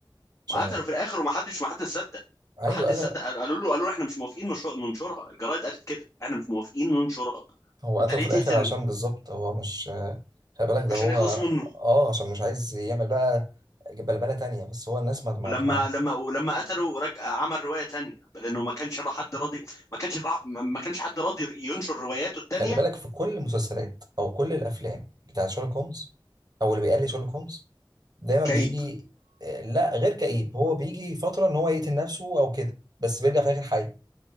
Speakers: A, on the right; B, on the left.
A: عشان
B: وقتلوا في الاخر ومحدش محدش صدق
A: ايوه
B: محدش
A: قتل
B: صدق قال- قالوا له قالوا له احنا مش موافقين نش- ننشرها الجرايد قالت كده احنا مش موافقين ننشرها
A: هو
B: انت
A: قتله
B: ليه
A: في
B: تقتل
A: الاخر عشان بالظبط هو مش خلي بالك ده
B: عشان
A: هو
B: يخلص منه
A: اه عشان مش عايز يعمل بقى بلبله تانية بس هو الناس ما ما
B: ولما
A: ما
B: لما ولما قتله رجع عمل رواية تانية لأنه ما كانش را- حد راضي ما كانش را- ما كانش حد راضي ينشر رواياته التانية
A: خلي بالك في كل المسلسلات او كل الافلام بتاعت شارلوك هومز او اللي بيقلد شارلوك هومز دايما
B: كئيب
A: بيجي آه، لا غير كئيب هو بيجي فتره ان هو يقتل نفسه او كده بس بيرجع في الاخر حي أنت